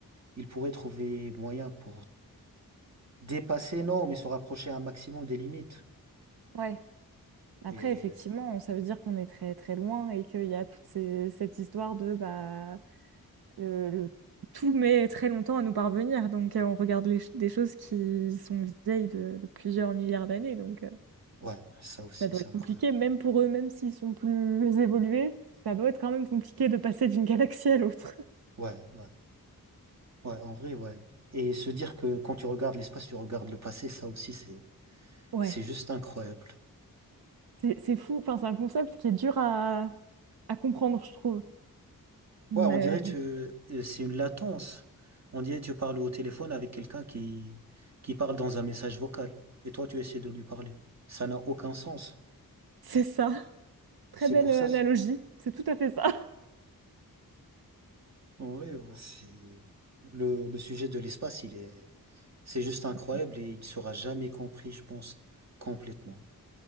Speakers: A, on the right; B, on the right.
A: ils pourraient trouver moyen pour dépasser, non, mais se rapprocher un maximum des limites.
B: Ouais. Après,
A: Et
B: effectivement, ça veut dire qu'on est très très loin et qu'il y a toute ces- cette histoire de bah le, le- tout met très longtemps à nous parvenir. Donc euh, on regarde les ch- des choses qui sont vieilles de, de plusieurs milliards d'années. Donc euh,
A: ouais, ça aussi,
B: ça doit
A: c'est
B: être
A: incroyable.
B: compliqué, même pour eux, même s'ils sont plus évolués, ça doit être quand même compliqué de passer d'une <laughs> galaxie à l'autre.
A: Ouais, ouais. Ouais, en vrai, ouais. Et se dire que quand tu regardes l'espace, tu regardes le passé, ça aussi, c'est,
B: Ouais,
A: c'est juste incroyable.
B: c'est c'est fou. Enfin, c'est un concept qui est dur à, à comprendre, je trouve. Mais
A: Ouais, on dirait tu, euh, c'est une latence. On dirait tu parles au téléphone avec quelqu'un qui, qui parle dans un message vocal. Et toi, tu essaies de lui parler. Ça n'a aucun sens.
B: c'est ça. Très
A: C'est
B: belle
A: pour
B: euh,
A: ça,
B: analogie.
A: ça-
B: C'est tout à fait ça.
A: en ouais, c'est, le, le sujet de l'espace, il est, c'est juste incroyable
B: Ouais,
A: et il sera jamais compris, je pense, complètement.